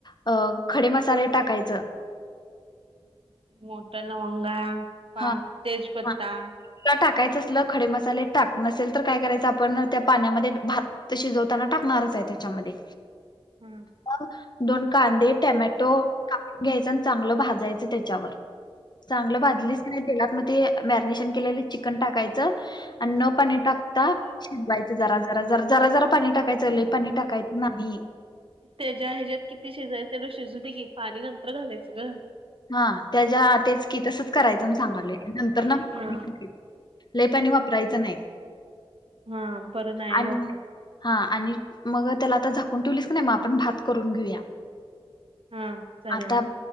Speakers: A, on the left; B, on the right.
A: अ खडे मसाले टाकायचं.
B: मोटा लवंगा, पा
A: हा
B: तेजपत्ता
A: हा तुला टाकायचं असल खडे मसाले टाक, नसेल तर काय करायचं आपण त्या पाण्यामध्ये भात त शीजवताना टाकणारच आहे त्याच्यामध्ये.
B: हम्म.
A: मग दोन कांदे, टमॅटो कापून घ्यायचा न चांगलं भाजायच त्याच्यावर, चांगलं भाजलीस तेलात मग ते मॅरिनेशन केलेलं चिकन टाकायचं आणि न पाणी टाकता शिजवायचं जरा जरा जरा जरा जरा पाणी टाकायचं लय पाणी टाकायचं नाही.
B: त्याच्या ह्याच्यात किती शेजायच तेवढ शेजू दे की पाणी नंतर घालायचं ग.
A: हा त्याच्या तेच की तसंच करायचं मग सांगायलोय नंतर ना
B: हा.
A: म लय पानी वापरायचं नाही
B: हा बरं नाही
A: आणि
B: वापर
A: हा आणि मग त्याला आता झाकून ठेवलीस का नाही मग आपण भात करून घेऊया.
B: हा चालेल
A: आता